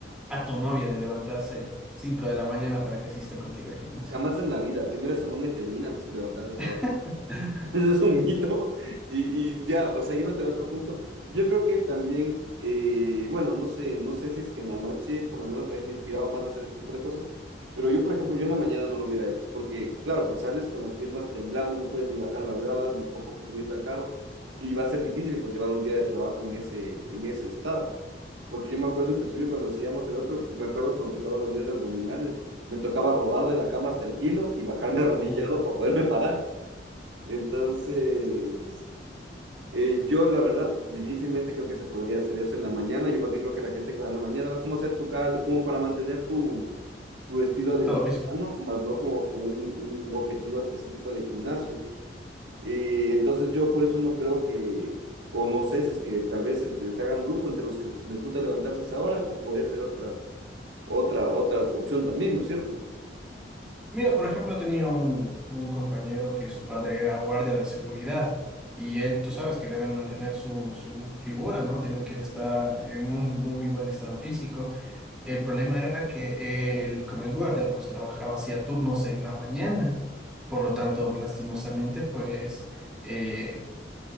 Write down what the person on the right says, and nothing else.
Jamás en la vida. Primero Samuel me termina antes que levantarse esa
hora. <laughs> Eso es un mito. Y, y ya, o sea, yéndote a otro punto, yo creo que también, eh, bueno, no sé, no sé si es que en la noche, por lo menos a mí me inspiraba más a hacer ese tipo de cosas, pero yo, por ejemplo, yo en la mañana no lo hubiera hecho, porque, claro, pues sales con las piernas temblando, no puedes ni bajar las gradas, ni por poco subirte al carro, y va a ser difícil, pues, llevar un día de trabajo en ese, en ese estado. Porque yo me acuerdo, inclusive, cuando hacíamos el otro, me acuerdo cuando tocaba los días de abdominales, me tocaba rodar de la cama hasta el filo y bajarme arrodillado
para poderme parar. Entonces, eh, yo la verdad difícilmente creo que se podría hacer eso en la mañana. Yo más bien creo que la gente que va en la mañana vas como a hacer tu cardio, como para mantener tu, tu estilo de
vida sano, más no como con un, un objetivo específico de gimnasio. Eh, entonces yo por eso no creo que, o no sé si es que tal vez entre- se hagan grupo entre los que si les gusta levantarse a esa hora, que puede ser otra, otra, otra opción también, ¿no es cierto?
Ujú.